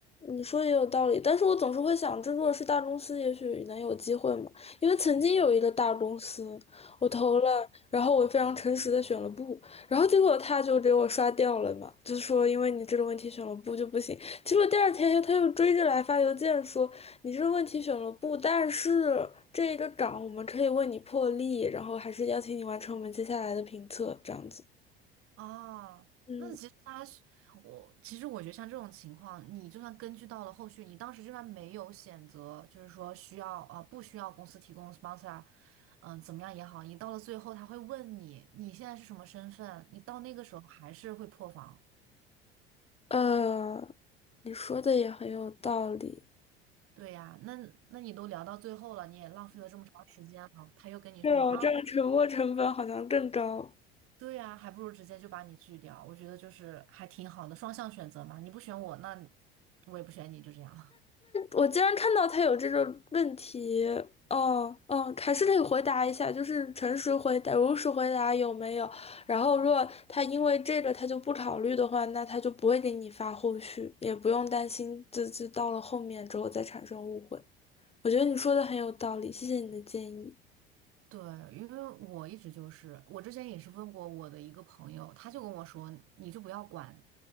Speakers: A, on the left; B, on the right.
A: 你说的也有道理，但是我总是会想这如果是大公司，也许能有机会嘛。因为曾经有一个大公司，我投了，然后我非常诚实的选了不，然后结果他就给我刷掉了嘛，就说因为你这个问题选了不就不行。结果第二天又他又追着来发邮件说，你这个问题选了不，但是这个岗我们可以为你破例，然后还是邀请你完成我们接下来的评测，这样子。
B: 哦，
A: 嗯，
B: 那其实他是我，其实我觉得像这种情况，你就算根据到了后续，你当时就算没有选择，就是说需要呃不需要公司提供 sponsor，嗯、怎么样也好，你到了最后他会问你你现在是什么身份，你到那个时候还是会破防。
A: 呃，你说的也很有道理。
B: 对呀、那那你都聊到最后了，你也浪费了这么长时间了，他又跟你说啊，
A: 对哦，这样沉没成本好像更高。
B: 对呀、还不如直接就把你拒掉。我觉得就是还挺好的，双向选择嘛，你不选我，那我也不选你，就这样。
A: 我竟然看到他有这个问题，哦哦，还是得回答一下，就是诚实回答、如实回答有没有。然后，如果他因为这个他就不考虑的话，那他就不会给你发后续，也不用担心自己到了后面之后再产生误会。我觉得你说的很有道理，谢谢你的建议。
B: 对，因为我一直就是，我之前也是问过我的一个朋友，他就跟我说，你就不要管